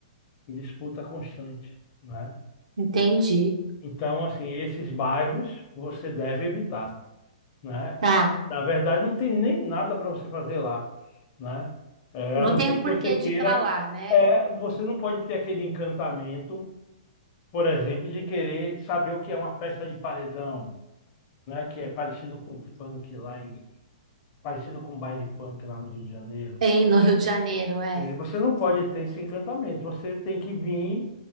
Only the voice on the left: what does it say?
em disputa constante, né?
Então, assim, esses bairros você deve evitar, né?
Na verdade, não tem nem nada para você fazer lá, né? É,
a não
ser
que
você queira,
é, você não pode ter aquele encantamento, por exemplo, de querer saber o que é uma festa de paredão né? Que é parecido com funk lá em, parecido com baile funk lá no Rio de Janeiro.
É, você não pode ter esse encantamento. Você tem que vir